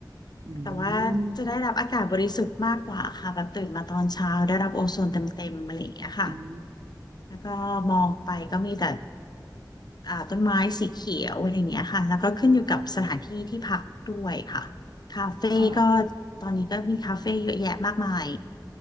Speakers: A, on the right; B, on the left.
A: อื
B: แต่ว่าจะได้รับอากาศบริสุทธิ์มากกว่าค่ะแบบตื่นมาตอนเช้าได้รับโอโซนเต็มๆอะไรอย่างเงี้ยค่ะ
A: ม อืม
B: แล้วก็มองไปก็มีแต่อ่าต้นไม้สีเขียวอะไรอย่างเงี้ยค่ะแล้วก็ขึ้นอยู่กับสถานที่ที่พักด้วยค่ะ คาเฟ่ก็
A: ค่ะ
B: ตอนนี้ก็มีคาเฟ่เยอะแยะมากมาย